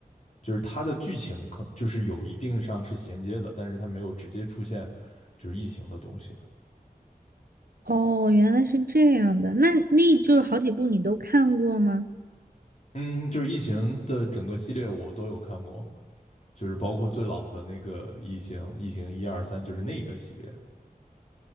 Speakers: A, on the left; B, on the right.
A: 就是它的剧情可就是有一定上是衔接的，但是它没有直接出现就是异形的东西。
B: 哦，原来是这样的。那那就是好几部你都看过吗？
A: 嗯，就是异形的整个系列我都有看过，就是包括最老的那个异形，异形一二三，就是那个系列。